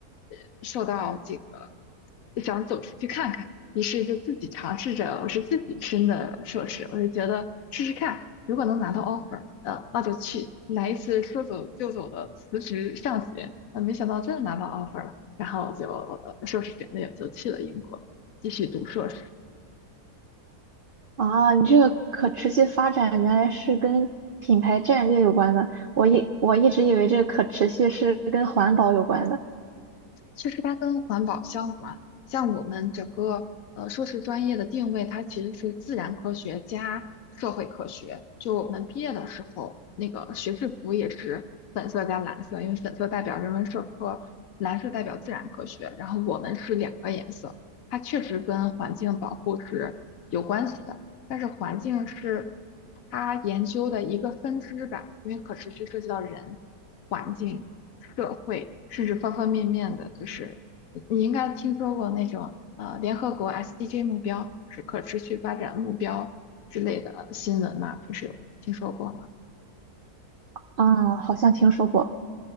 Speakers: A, on the left (about 70°); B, on the right (about 65°).
A: 呃受到这个想走出去看看，于是就自己尝试着，我是自己申的硕士，我就觉得试试看，如果能拿到 offer，呃，那就去来一次说走就走的辞职上学。呃，没想到真的拿到 offer 了，然后就呃硕士简历就去了英国继续读硕士。
B: 啊，你这个可持续发展原来是跟品牌战略有关的，我一我一直以为这个可持续是跟环保有关的。
A: 其实它跟环保相关，像我们整个呃硕士专业的定位，它其实是自然科学加社会科学。就我们毕业的时候，那个学士服也是粉色加蓝色，因为粉色代表人文社科，蓝色代表自然科学。然后我们是两个颜色，它确实跟环境保护是有关系的，但是环境是它研究的一个分支吧，因为可持续涉及到人、环境。社会，甚至方方面面的，就是你你应该听说过那种呃联合国 SDG 目标，就是可持续发展目标之类的新闻嘛，平时有听说过吗？
B: 啊，好像听说过。